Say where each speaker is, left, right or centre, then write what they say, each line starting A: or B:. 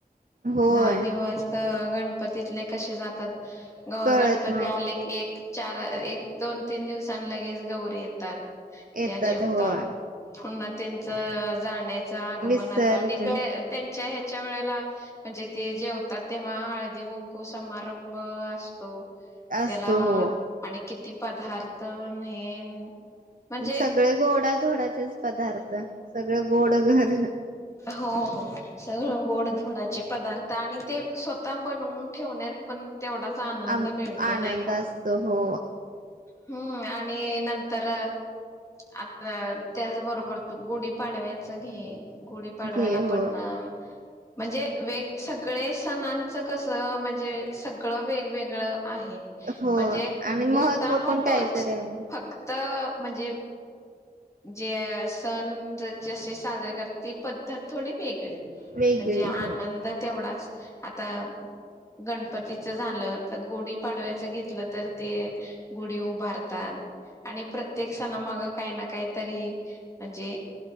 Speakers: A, on the right; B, on the left.
A: होय
B: दहा दिवस तर गणपतीतले कसे जातात ग
A: कळत
B: गणपती
A: नाही
B: आले की, एक चार एक दोन-तीन दिवसांनं लगेच गौरी येतात
A: येतात
B: त्या जेवतात
A: होय
B: पुन्हा, त्यांच जाण्या च्या आगमनात
A: विसर्जन
B: आणि त्या त्यांच्या च्या वेळेला म्हणजे ते जेवतात तेव्हा हळदी - कुंकू समारंभ असतो
A: असतो
B: त्याला
A: हो
B: आणि किती पदार्थ न हे म्हणजे
A: सगळे गोडा -धोडाचे तेच पदार्थ सगळं गोड घर
B: हो हो सगळं गोड -धोडाचे पदार्थ आणि ते स् ता बनवून ठेवण्यात पण तेवढाच आनंद
A: आम
B: मिळतो
A: आनंद
B: नाही का?
A: असतो हो
B: हम्म आणि नंतर आता त्याच बरोबर तू गुढी पाडव्याचं घे गुढी पाडव्याला
A: घे हो
B: पण अ म्हणजे वेग सगळे सणांचं कसं म्हणजे सगळं वेगवेगळं आहे
A: हो
B: म्हणजे
A: आणि महत्त्व
B: उत्साह
A: पण
B: तोच
A: काहीतरी आहे.
B: फक्त म्हणजे जे सण जसजसे साजरे करत ती पद्धत थोडी वेगळी
A: वेगळी
B: म्हणजे आनंद
A: हो
B: तेवढाच आता गणपतीच झालं तर गुढी पाडव्याच घेतलं तर ते गुढी उभारतात आणि प्रत्येक सणामाग काही ना काही तरी म्हणजे